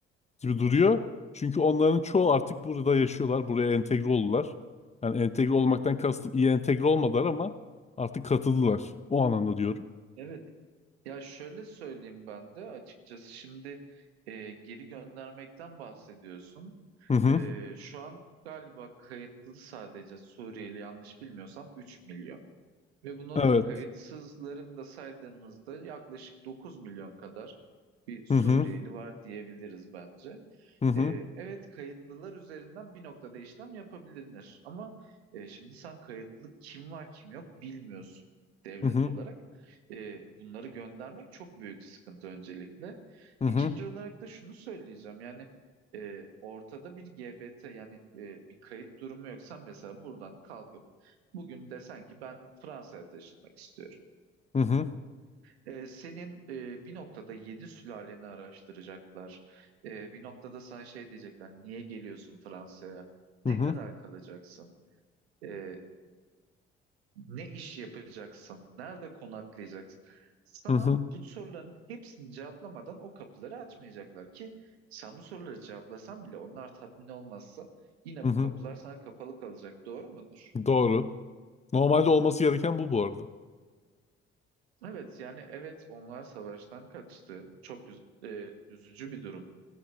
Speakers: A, on the left; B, on the right.
A: gibi duruyor. Çünkü onların çoğu artık burada yaşıyorlar. Buraya entegre oldular. Yani entegre olmaktan kastım iyi entegre olmadılar ama artık katıldılar. O anlamda diyorum.
B: Evet. Ya şöyle söyleyeyim ben de açıkçası şimdi e, geri göndermekten bahsediyorsun.
A: Hı hı.
B: E, şu an galiba kayıtlı sadece Suriyeli yanlış bilmiyorsam 3 milyon. Ve bunun
A: Evet.
B: kayıtsızlarını da saydığımızda yaklaşık 9 milyon kadar bir Suriyeli
A: Hı hı.
B: var diyebiliriz bence.
A: Hı hı.
B: Ee, evet kayıtlılar üzerinden bir noktada işlem yapabilir ama e, şimdi sen kayıtlı kim var kim yok bilmiyorsun devlet
A: Hı hı.
B: olarak. Ee, bunları göndermek çok büyük sıkıntı öncelikle.
A: Hı
B: İkinci
A: hı.
B: olarak da şunu söyleyeceğim yani e, ortada bir GBT yani e, bir kayıt durumu yoksa mesela buradan kalkıp bugün desen ki ben Fransa'ya taşınmak istiyorum.
A: Hı hı.
B: Ee, senin e, bir noktada yedi sülaleni araştıracaklar. Ee, bir noktada sana şey diyecekler, niye geliyorsun Fransa'ya?
A: Hı
B: Ne
A: hı.
B: kadar kalacaksın? Ee, ne iş yapacaksın? Nerede konaklayacaksın? Sana
A: Hı hı.
B: bu soruların hepsini cevaplamadan o kapıları açmayacaklar ki sen bu soruları cevaplasan bile onlar tatmin olmazsa yine
A: Hı hı.
B: bu kapılar sana kapalı kalacak. Doğru mudur?
A: Doğru. Normalde olması gereken bu bu arada.
B: Evet yani evet onlar savaştan kaçtı. Çok üz- e, üzücü bir durum.